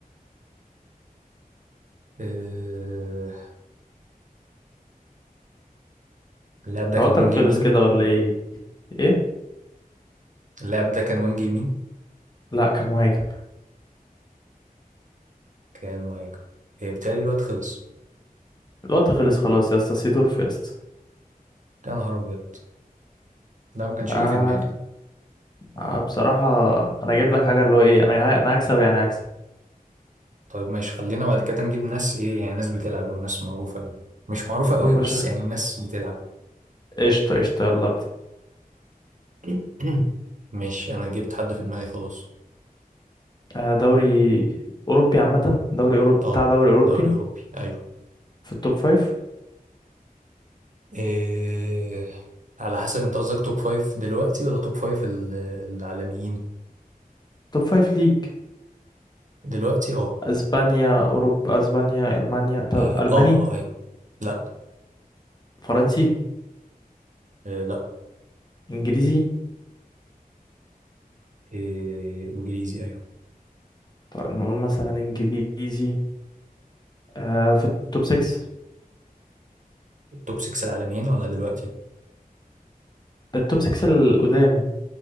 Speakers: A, on the right; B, on the left.
A: آه، اللاعب
B: انت
A: ده كان
B: وقتك
A: وينج
B: خلص
A: يمين
B: كده ولا ايه ايه
A: اللاعب ده كان وينج يمين
B: لا كان مهاجم
A: كان مهاجم إيه، بيتهيألي الوقت خلص
B: الوقت خلص خلاص يا اسطى سيدورف يا اسطى
A: يا نهار أبيض ده ما كانش
B: آه,
A: هيجي في دماغي
B: آه بصراحة انا جايب لك حاجة اللي هو ايه انا ه- انا هكسب يعني هكسب
A: طيب ماشي خلينا بعد كده نجيب ناس إيه يعني ناس بتلعب أو ناس معروفة يعني مش معروفة قوي
B: يا باشا
A: بس يعني ناس بتلعب
B: قشطة قشطة يلا ابدأ
A: <clears throat> ماشي أنا جبت حد في دماغي خلاص
B: آه دوري أوروبي عامة دوري أوروبي
A: أه
B: بتاع دوري أوروبي
A: دوري أوروبي أيوه
B: في التوب فايف
A: إيه على حسب أنت قصدك توب فايف دلوقتي ولا توب فايف ال- العالميين
B: توب فايف ليج
A: دلوقتي أه
B: اسبانيا اوروبا اسبانيا المانيا طب
A: أه
B: الماني
A: أه آه، أيوه لأ
B: فرنسي
A: إيه، لأ
B: انجليزي
A: إيه انجليزي ايوه
B: طب نقول مثلا انجليزي آه في التوب 6
A: التوب 6 العالميين ولا دلوقتي
B: التوب 6 القدام